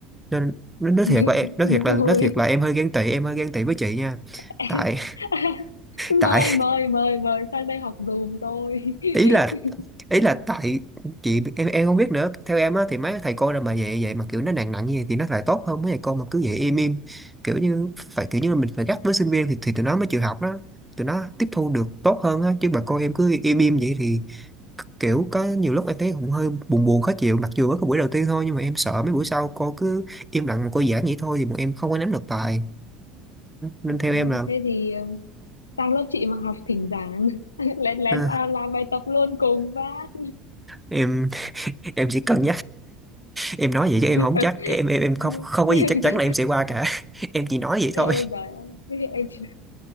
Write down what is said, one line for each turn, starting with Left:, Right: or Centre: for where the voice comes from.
Centre: nên nó nói
Left: <laughs>
Centre: thiệt là em nói thiệt
Left: đúng
Centre: là nói
Left: rồi
Centre: thiệt là em hơi ghen tị em hơi ghen tị với chị nha
Left: <laughs>
Centre: tại <laughs> tại
Left: mời mời mời mời sang đây học giùm tôi
Centre: ý là
Left: <laughs>
Centre: ý là tại chị em em không biết nữa theo em á thì mấy thầy cô nào mà vậy vậy mà kiểu nó nặng nặng như vậy thì nó lại tốt hơn mấy thầy cô mà cứ vậy im im kiểu như phải kiểu như là mình phải gắt với sinh viên thì thì tụi nó mới chịu học đó tụi nó tiếp thu được tốt hơn á chứ mà cô em cứ im im vậy thì kiểu có nhiều lúc em thấy cũng hơi buồn buồn khó chịu mặc dù ở cái buổi đầu tiên thôi nhưng mà em sợ mấy buổi sau cô cứ im lặng mà cô giảng vậy thôi thì bọn em không có nắm được bài nên
Left: Ừ,
Centre: theo em
Left: ừ.
Centre: là
Left: thế thì ờ, sang lớp chị mà học thỉnh giảng <laughs> lén lén
Centre: ờ,
Left: vào làm bài tập luôn cùng vát
Centre: em <laughs> em chỉ cần em nói vậy chứ em không
Left: <laughs>
Centre: chắc em em em không không có gì chắc chắn
Left: chắc
Centre: là em sẽ qua cả <laughs> em chỉ nói vậy
Left: ôi
Centre: thôi
Left: giời ơi <laughs> em chỉ